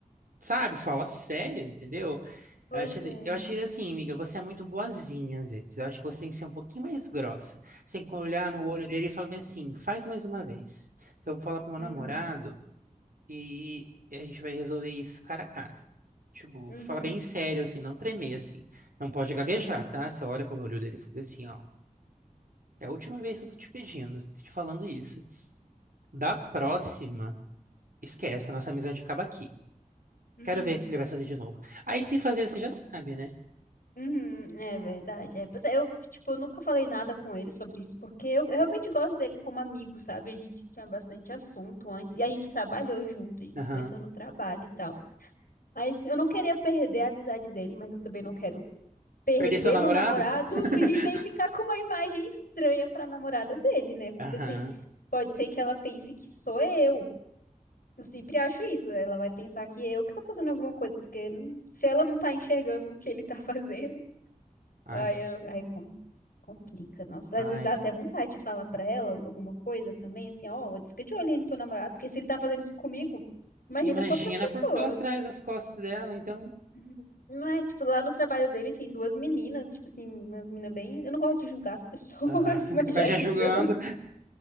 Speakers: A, on the right; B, on the left.
A: sabe? Fala sério, entendeu?
B: Pois
A: Eu achei,
B: é.
A: eu achei assim, amiga, você é muito boazinha às vezes. Eu acho que você tem que ser um pouquinho mais grossa. Você tem que olhar no olho dele e falar bem assim, faz mais uma vez. Eu vou falar pro meu
B: Uhum.
A: namorado. E a gente vai resolver isso cara a cara. Tipo,
B: Uhum.
A: falar bem sério, assim, não tremer, assim. Não pode gaguejar,
B: Aham.
A: tá? Você olha pro olho dele e fala assim, ó. É a última vez que eu tô te pedindo, tô te falando isso. Da próxima, esquece, a nossa amizade acaba aqui.
B: Uhum.
A: Quero ver se ele vai fazer de novo. Aí se fazer, você já sabe, né?
B: Uhum, é verdade. É, pois é, eu, tipo, eu nunca falei nada com ele sobre isso, porque eu, eu realmente gosto dele como amigo, sabe? A gente tinha bastante assunto antes, e a gente trabalhou junto, a gente
A: Aham.
B: se conheceu no trabalho e tal. Aí assim, eu não queria perder a amizade dele, mas eu também não quero perder
A: Perder seu namorado?
B: meu namorado
A: <laughs>
B: <laughs> e nem ficar com uma imagem estranha pra namorada dele, né? Porque
A: Aham.
B: assim, pode ser que ela pense que sou eu. Eu sempre acho isso, ela vai pensar que é eu que tô fazendo alguma coisa, porque hum, se ela não tá enxergando o que ele tá <laughs> fazendo.
A: Ai,
B: Aí,
A: que...
B: eu- aí com- complica, nossa.
A: Ai.
B: Às vezes dá até vontade de falar pra ela alguma coisa também, assim, ó, fica de olho aí no teu namorado, porque se ele tá fazendo isso comigo, imagina
A: Imagina
B: com outras pessoas.
A: por pela trás as costas dela, então.
B: Uhum. Não é, tipo, lá no trabalho dele tem duas meninas, tipo assim, umas meninas bem. Eu não gosto de julgar as pessoas,
A: Aham.
B: <laughs> mas
A: <laughs> Mas
B: já
A: já
B: julgando,
A: julgando.